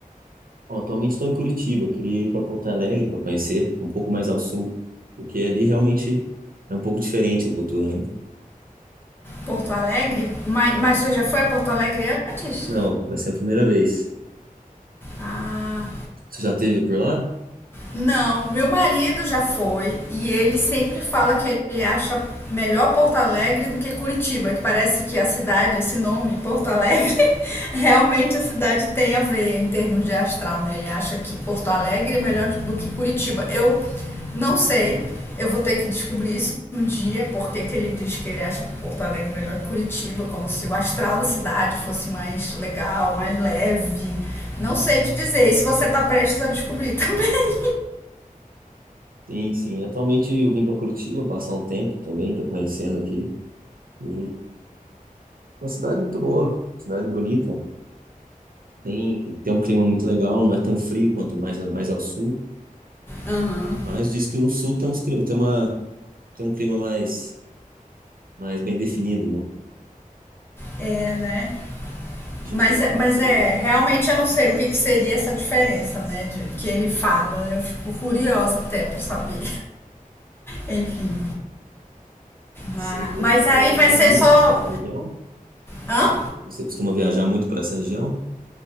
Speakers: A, on the right (about 75°); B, on the left (about 15°).
A: Bom, atualmente estou em Curitiba, queria ir para Porto Alegre para conhecer, um pouco mais ao sul, porque ali realmente é um pouco diferente a cultura, né?
B: Porto Alegre? Mas, mas você já foi a Porto Alegre antes?
A: Não, vai ser a primeira vez.
B: Ah,
A: Você já esteve por lá?
B: não, meu marido já foi e ele sempre fala que ele acha melhor Porto Alegre do que Curitiba, que parece que a cidade, esse nome, Porto Alegre. <laughs> Realmente a cidade tem a ver em termos de astral, né? Ele acha que Porto Alegre é melhor do que Curitiba. Eu não sei, eu vou ter que descobrir isso um dia, porque que ele diz que ele acha Porto Alegre melhor que Curitiba, como se o astral da cidade fosse mais legal, mais leve. Não sei te dizer, e se você tá prestes a descobrir <laughs> também.
A: Sim, sim. Atualmente eu vim para Curitiba passar um tempo também, estou conhecendo aqui. E uma cidade muito boa, cidade bonita. Tem, tem um clima muito legal, não é tão frio quanto mais, mais ao sul.
B: Aham.
A: Mas diz que no sul tem, uns, cli- tem, uma, tem um clima mais, mais bem definido, né?
B: É, né?
A: A gente
B: Mas,
A: tem que
B: é-
A: conhecer
B: mas é,
A: melhor.
B: realmente eu não sei o que, que seria essa diferença, né? De, que ele fala. Eu fico curiosa até pra saber. <laughs> Enfim.
A: Sim,
B: Vai.
A: você
B: Mas
A: costuma
B: aí
A: viajar
B: vai ser
A: muito
B: só.
A: para essa região?
B: Hã?
A: Você costuma viajar muito para essa região?